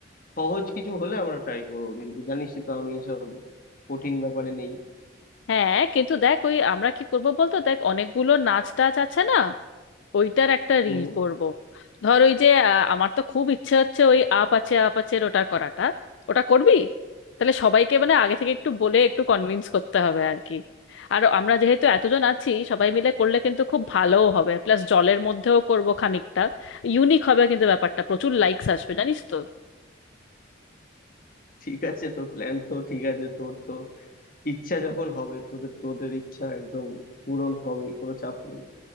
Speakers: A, on the left; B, on the left.
A: সহজ কিছু হলে আমরা ট্রাই করবো কিন্তু জানিসই তো আমি এসব কঠিন ব্যাপারে নেই
B: হ্যাঁ কিন্তু দেখ ওই আমরা কি করবো বলতো দেখ অনেকগুলো নাচ টাচ আছে না ওইটার একটা
A: হুম
B: রিল করব ধর ওই যে আহ, আমার তো খুব ইচ্ছে হচ্ছে ওই আপ আছে আপ আছে ওটা করাটা ওটা করবি তাহলে সবাইকে মানে আগে থেকে একটু বলে একটু কনভিন্স করতে হবে আর কি আর আমরা যেহেতু এতজন আছি সবাই মিলে করলে কিন্তু খুব ভালোও হবে প্লাস জলের মধ্যেও করব খানিকটা ইউনিক হবে কিন্তু ব্যাপারটা প্রচুর লাইকস আসবে জানিস তো
A: ঠিক আছে তোর প্ল্যান তো ঠিক আছে তোর তো ইচ্ছা যখন হবে তোদের তোদের ইচ্ছা একদম পূরণ হবেই কোনো চাপ নেই